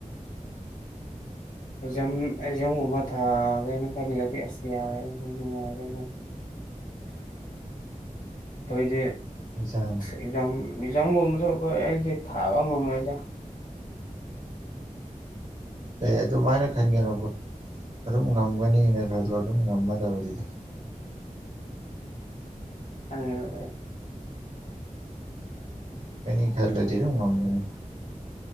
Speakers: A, on the left; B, on the right.
A: ꯑꯦꯛꯖꯥꯝ ꯑꯦꯛꯖꯥꯝ ꯒꯨꯝꯕ ꯊꯥꯒꯦꯅ ꯈꯜꯂꯗꯤ ꯑꯁ ꯌꯥꯔꯦꯅ ꯅꯨꯡꯉꯥꯏꯔꯦꯅ ꯈꯣꯏꯗꯤ
B: <unintelligible>
A: ꯑꯦꯛꯖꯥꯝ ꯑꯦꯛꯖꯥꯝꯒꯨꯝꯕꯁꯨ ꯑꯈꯣꯏ ꯑꯩꯗꯤ ꯊꯥꯕ ꯉꯝꯃꯣꯏꯗ
B: ꯑꯦ ꯑꯗꯨꯃꯥꯏꯅ ꯈꯟꯒꯅꯣꯕ ꯑꯗꯨꯝ ꯉꯝꯒꯅꯤꯅ ꯈꯜꯂꯣ ꯑꯗꯨꯝ ꯉꯝꯃꯗꯕꯅꯤ
A: <unintelligible>
B: ꯑꯦꯅꯤ ꯈꯜꯂꯗꯤ ꯑꯗꯨꯝ ꯉꯝꯒꯅꯤ